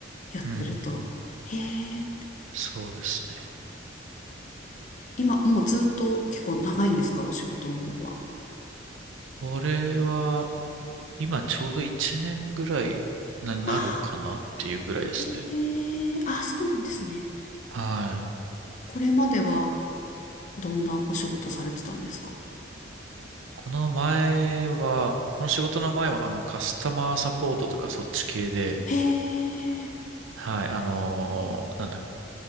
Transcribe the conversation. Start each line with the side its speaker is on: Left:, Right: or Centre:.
Left: やってると。
Right: うん。
Left: へえ、
Right: そうですね。
Left: 今、もうずっと結構長いんですか、お仕事の方は。
Right: これは、今ちょうど1年ぐらいになるかなっていうぐらいですね。
Left: ああ、ええあ、そうなんですね。
Right: はい。
Left: これまではどんなお仕事されてたんですか
Right: この前は、この仕事の前は、あの、カスタマーサポートとかそっち系で、
Left: へえ、
Right: はい、あのーなんだ、